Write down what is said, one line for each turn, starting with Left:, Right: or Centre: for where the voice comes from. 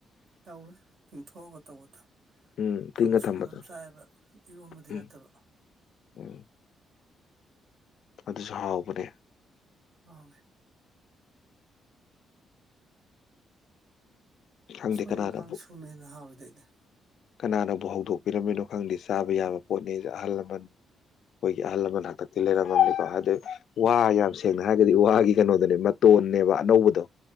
Right: ꯇꯧꯋꯤ ꯇꯤꯡꯊꯣꯛꯑꯒ ꯇꯧꯕꯗꯣ
Left: ꯎꯝ
Right: ꯀꯥꯡꯁ‌ꯣꯏ
Left: ꯇꯤꯡꯉ ꯊꯝꯕꯗꯣ
Right: ꯑꯝ ꯆꯥꯏꯕ ꯏꯔꯣꯝꯕꯗꯤ
Left: ꯎꯝ
Right: ꯅꯠꯇꯕ
Left: <unintelligible> ꯑꯗꯨꯁꯨ ꯍꯥꯎꯕꯅꯦ
Right: ꯍꯥꯎꯋꯦ
Left: ꯈꯪꯗꯦ
Right: ꯎꯁꯣꯏꯗꯤ
Left: ꯀꯅꯥꯅꯕꯨ
Right: ꯀꯪꯁꯨꯅ ꯍꯦꯟꯅ ꯍꯥꯎꯋꯤꯗ ꯑꯩꯗꯤ
Left: ꯀꯅꯥꯅꯕꯨ ꯍꯧꯗꯣꯛꯄꯤꯔꯝꯃꯤꯅꯣ ꯈꯪꯗꯦ ꯆꯥꯕ ꯌꯥꯕ ꯄꯣꯠꯅꯦꯖꯦ ꯑꯍꯥꯜ ꯂꯃꯥꯟ ꯈꯣꯏꯒꯤ ꯑꯍꯥꯜ ꯂꯃꯟ ꯍꯥꯛꯇꯛ ꯁꯤ ꯂꯩꯔꯝꯃꯕꯅꯤꯀꯣ ꯍꯥꯏꯗꯤ ꯋꯥ ꯌꯥꯝ ꯁꯦꯡꯅ ꯍꯥꯏꯔꯒꯗꯤ ꯋꯥꯒꯤ ꯀꯩꯅꯣꯗꯨꯅꯦꯕ ꯃꯇꯣꯟꯅꯦꯕ ꯑꯅꯧꯕꯗꯣ